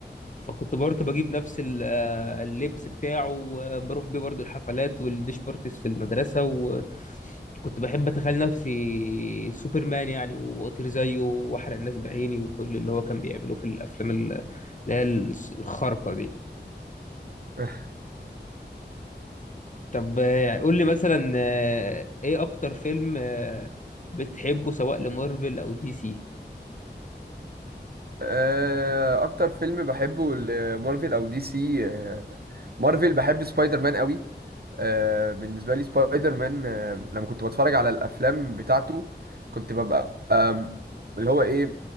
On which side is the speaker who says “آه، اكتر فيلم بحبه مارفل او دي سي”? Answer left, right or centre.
Right